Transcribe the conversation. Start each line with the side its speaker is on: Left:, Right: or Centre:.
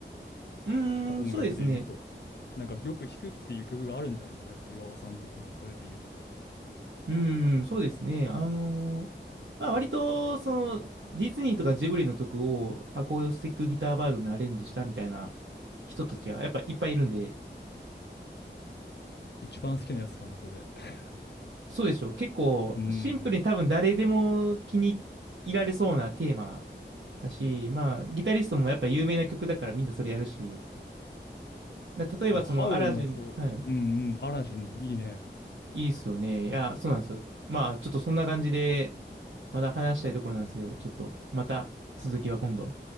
Right: うーん、
Left: 音楽で言うと。
Right: そうですね。
Left: なんかよく弾くっていう曲があるんじゃないですか、やっぱ岩尾さん的に、それで言うと。
Right: うーん、そうですね。あのーまあ割と、その、ディズニーとかジブリの曲をアコースティックギターバージョンでアレンジしたみたいな人たちがやっぱいっぱいいるんで、
Left: 一番好きなやつかも、それ。<laughs>
Right: そうでしょう。結構シンプルに多分誰でも気に入られそうなテーマ
Left: うん。
Right: だし、まあギタリストもやっぱ有名な曲だからみんなそれやるし、だ例えばそのアラジン、
Left: だハウルの、そう、
Right: はい。
Left: うんうん、アラジン、いいね。
Right: いいっすよね。いや、そうなんですよ。まあ、ちょっとそんな感じで、まだ話したいところなんですけど、ちょっと、また続きは今度。